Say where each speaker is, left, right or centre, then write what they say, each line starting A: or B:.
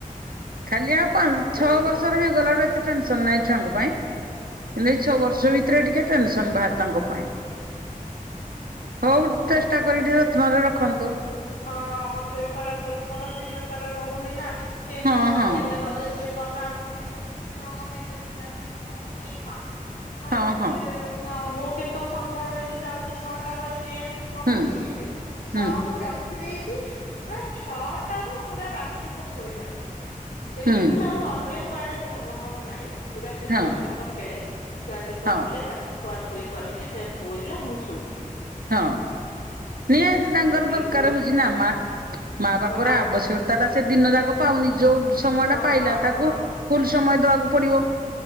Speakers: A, on the right; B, on the left.
A: ଖାଲି ଆଉ ପାଞ୍ଚ
B: ହେଲେ
A: ଛଅ
B: ବି
A: ବର୍ଷରେ ହେଇଗଲା ଆ ଏତେ ଟେନସନ୍ ନାହିଁ ଛୁଆଙ୍କ ପାଇଁ ହେଲେ ଏଇ
B: ହୁଁ
A: ଛଅ ବର୍ଷ ଭିତରେ ଟିକେ ଟେନସନ୍ ବାହାରେ ତାଙ୍କ ପାଇଁ। ହଉ ଚେଷ୍ଟା କରି
B: ମତେ
A: ଟିକେ ରତ୍ନରେ
B: ବି
A: ରଖନ୍ତୁ।
B: ହଁ ମତେ ବି ଖରାପ୍ ଲାଗୁଛି, କଣ ଦିନ ସାରା ରହୁନି ନା କେମିତି
A: ହଁ
B: ସନ୍ଧ୍ୟାରେ
A: ହଁ
B: ଗଲେ ସେ କଣ କାନ୍ଦୁଛି କଣ କହୁଛି ହଁ ଟିକେ ବେଶୀ କାନ୍ଦିଲେ ହଁ ନେଇକି ଖାଉ କହିକି
A: ହଁ ହଁ
B: ହଁ ମୁଁ କିନ୍ତୁ ସନ୍ଧ୍ୟା ବେଳେ ଯଉ ଯାଉଛି ଛଅଟା ବେଳେ ଯେମତି ପହଞ୍ଚି
A: ହୁଁ
B: ଯିବି ସବୁ
A: ହୁଁ
B: ରଖ ରଖି ଦେଇକି, ପୁରା ଛଅଟା ରୁ ପୁରା ରାତି ସେ ଶୋଇବା ଯା ବିଲକୁଲ୍
A: ହୁଁ
B: ଆଉ ଅନ୍ୟ କୁଆଡେ ଧ୍ୟାନ ମୋର ନାହିଁ। ପୁରା ସେ
A: ହଁ
B: ଛୁଆ ସହିତ ଖେଳେ, ଛୁଆ ସହିତ
A: ହଁ
B: ବୁଲେ, ତାକୁ ଖୁଆ ଖୁଇ କରିକି ସିଏ ଶୋଇଲା ମୁଁ ଶୋଇ
A: ହଁ ନିହାତି
B: ଆଉ
A: ତାଙ୍କର
B: ଯେତିକି
A: ଦରକାର
B: ସମୟ
A: ହଉଛି ନା ମା ମା ବାପର
B: ହଁ
A: ଆବଶ୍ୟକ ତାଟା ସେ ଦିନ ଯାକ ପାଉନି, ଯୋଉ ସମୟ
B: ହଁ
A: ଟା ପାଇଲା ତାକୁ
B: ହଁ
A: ଫୁଲ୍ ସମୟ ଦବାକୁ ପଡ଼ିବ।